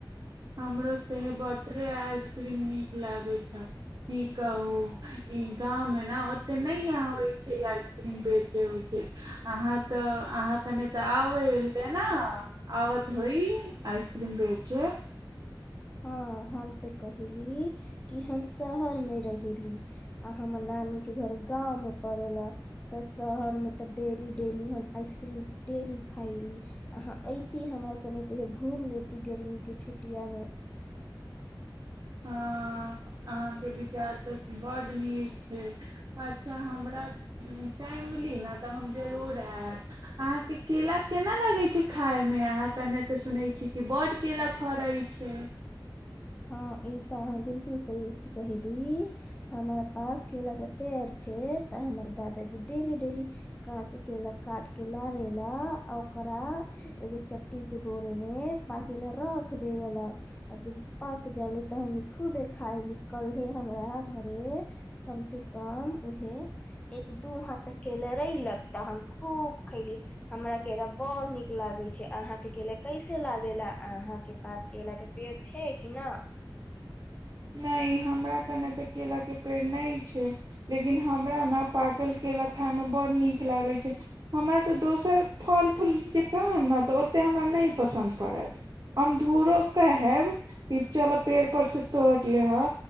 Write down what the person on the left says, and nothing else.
हँ हम तऽ कहयली कि हम शहरमे रहेली आ हमर नानीके घर गाँवमे पड़य लए तऽ शहरमे तऽ डेली डेली हम आइसक्रीम डेली खयली अहाँ अयती हमरा कनि त घूमि लेती गर्मीके छुटियामे
ह ई तऽ अहाँ बिलकुल सही से कहली हमर पास केला के पेड़ छै तऽ हमर दादाजी डेली डेली काँच के ल काट के लाबे ला आ ओकरा एगो चट्टी के भोरे मे पाकी ले रख देवेला आ जे पक जायले तहनी खूबे खायली कल्हे हमरा घरे कम से कम उहे एक दू हाथ केेला रेलक तऽ हम खूब खैली हमरा केरा बड़ नीक लागे छै अहााँ के केेला कैसे लागेेला अहााँ के पास केरा के पेड़ छै ई ना